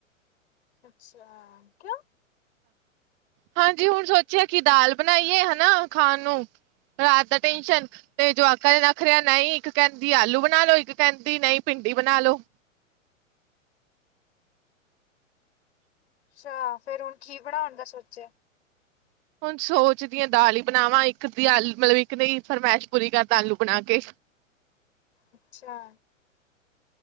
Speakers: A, on the left (about 55°); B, on the right (about 30°).
A: ਅੱਛਾ ਕਿਉ?
B: ਹਾਂਜੀ ਹੁਣ ਸੋਚਿਆ, ਕਿ ਦਾਲ ਬਣਾਈਏ ਹੈ ਨਾ ਖਾਣ ਨੂੰ। ਰਾਤ ਦਾ ਟੈਨਸ਼ਨ। ਤੇ ਜਵਾਕਾਂ ਦੇ ਨਖਰੇ ਆ ਨਹੀਂ ਇੱਕ ਕਹਿੰਦੀ ਆਲੂ ਬਣਾ ਲਓ ਨਹੀਂ ਇੱਕ ਕਹਿੰਦੀ ਭਿੰਡੀ ਬਣਾ ਲਓ।
A: ਅੱਛਾ ਫੇਰ ਹੁਣ ਕੀ ਬਣਾਉਣ ਦਾ ਸੋਚਿਆ?
B: ਹੁਣ ਸੋਚ ਦੀ ਆ ਦਾਲ ਹੀ ਬਣਾਵਾਂ ਇੱਕ ਦੀ ਆਲੂ ਮਤਲਬ ਇੱਕ ਦੀ ਫਰਮਾਇਸ਼ ਪੂਰੀ ਕਰ ਦਾ ਆਲੂ ਬਣਾ ਕੇ।
A: ਅੱਛਾ।